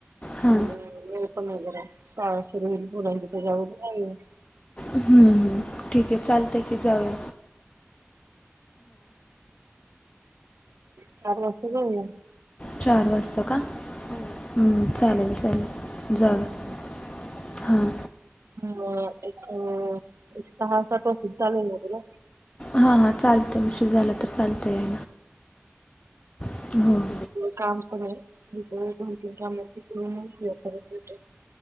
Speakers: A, on the left; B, on the right.
A: हां
B: हं हे पणं नाहीं जरां काळशरी पुरंची त्यांच्यावर नाहीं
A: हम्मं हम्मं ठीके. चालते की जाऊ.
B: चार वाजता जाऊया.
A: चार वाजतां का? हम्म चालेल चालेल. जाऊ हां.
B: ह एक सहा सात वाजतील. चालेल ना तुला.
A: हां हां चाललंय. शीर झाला तर चालतंय. हो.
B: काम पणे. लकती काम क म करठे <inaudible>